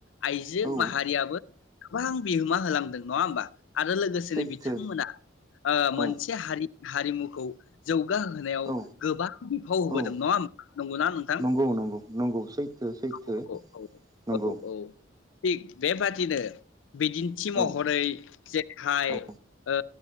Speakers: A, on the left (about 85°); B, on the right (about 20°).
A: आइजो
B: औ
A: माहारियाबो गोबां बिहोमा होलांदों। नङा होमबा? आरो लोगोसेनो
B: सैथो
A: बिथांमोना ओ मोनसे
B: औ
A: हारि हारिमुखौ जौगा होनायाव
B: औ
A: गोबां बिफाव होबोदों
B: औ
A: नङा होमबा? नंगौना नोंथां?
B: नंगौ नंगौ नंगौ सैथो सैथो
A: औ औ
B: नंगौ
A: औ औ थिग बेबादिनो बिदिन्थि महरै
B: औ
A: जेरहाय
B: औ
A: ओ